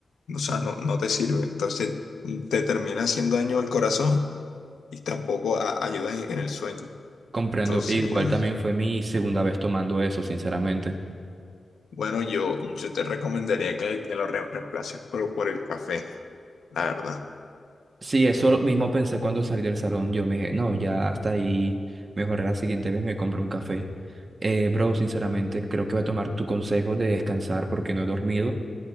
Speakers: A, on the left; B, on the right.
A: o sea, no, no te sirve, entonces te termina haciendo daño al corazón y tampoco a- ayuda en, en el sueño.
B: Comprendo,
A: Entonces,
B: e igual también fue mi segunda vez tomando eso, sinceramente.
A: bueno, yo, yo te recomendaría que, que lo re- reemplaces por, por el café, la verdad.
B: Sí, eso lo mismo pensé cuando salí del salón, yo me dije, no, ya hasta ahí, mejor la siguiente vez me compro un café. Eh, bro, sinceramente, creo que voy a tomar tu consejo de descansar porque no he dormido